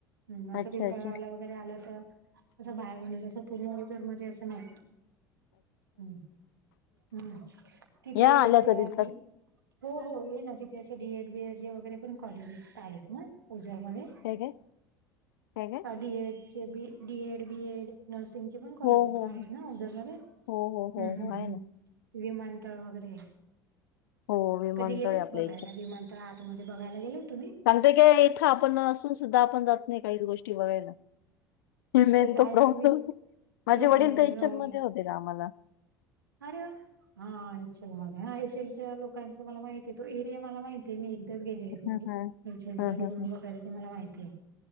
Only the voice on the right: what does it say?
हम्म असं
पिंपळगावला
वगैरे आलं असं असं बाहेरूनच असं पूर्ण ओझरमध्ये असं नाही. हम्म हम्म तिथे
याच्या
आधी
हो हो येईना तिथे असे डीएड बीएड जे वगैरे पण कॉलेजेस आहेत ना ओझरमध्ये
डी एड चे B D Ed B Ed नर्सिंगचे पण कॉलेज
इथे
आहेत
ना इथे ओझरमध्ये
हम्
हम्
हम्
विमानतळ वगैरे
कधी गेलेत
बघायला विमानतळ आत तमध्ये बघयला गेले तुम्ही
ते तर आहे
नेहमी
तो
प्रॉब्लेम
आहे
हो
अरे वा हा एचल मध्ये हा एचलच्या लोकांच मला माहिते तो एरिया मला माहिते ते मी एकदाच गेलेले तिथे
एच एल च्या
रूम
वगैरे ते मला माहितीये.